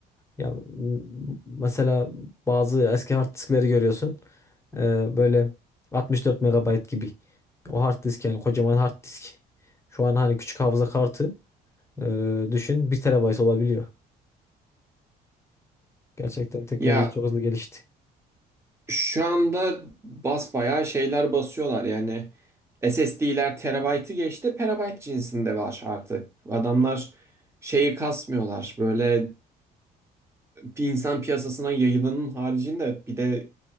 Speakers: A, on the left; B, on the right.
A: Ya m- mesela bazı eski hard diskleri görüyorsun. E, böyle 64 megabayt gibi. O hard disk yani kocaman hard disk. Şu an hani küçük hafıza kartı e, düşün bir terabayt olabiliyor. Gerçekten teknoloji
B: Ya
A: çok hızlı gelişti.
B: Şu anda basbayağı şeyler basıyorlar yani SSD'ler terabaytı geçti perabayt cinsinde var artık. Adamlar şeyi kasmıyorlar böyle bir insan piyasasına yayılanın haricinde bir de